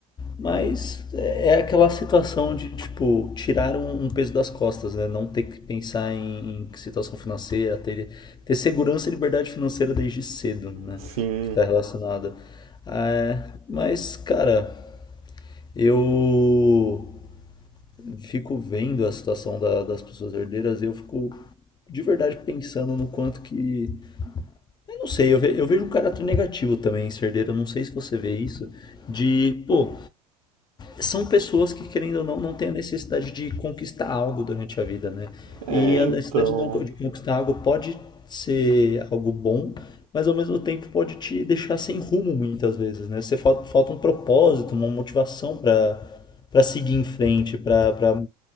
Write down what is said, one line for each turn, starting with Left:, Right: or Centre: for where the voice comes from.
Left: Mas é é aquela situação de, tipo, tirar um, um peso das costas, né? Não ter que pensar em, em situação financeira, ter, ter segurança e liberdade financeira desde cedo, né?
Right: Sim,
Left: Que tá relacionada. É, mas, cara, eu fico vendo a situação da- das pessoas herdeiras e eu fico de verdade pensando no quanto que. Eu não sei, eu, ve- eu vejo um caráter negativo também em ser herdeiro, eu não sei se você vê isso, de, pô, são pessoas que, querendo ou não, não têm a necessidade de conquistar algo durante a vida, né?
Right: é,
Left: E a
Right: então...
Left: necessidade de não- de conquistar algo pode ser algo bom, mas ao mesmo tempo pode te deixar sem rumo muitas vezes, né? Você falta, falta um propósito, uma motivação para para seguir em frente, para para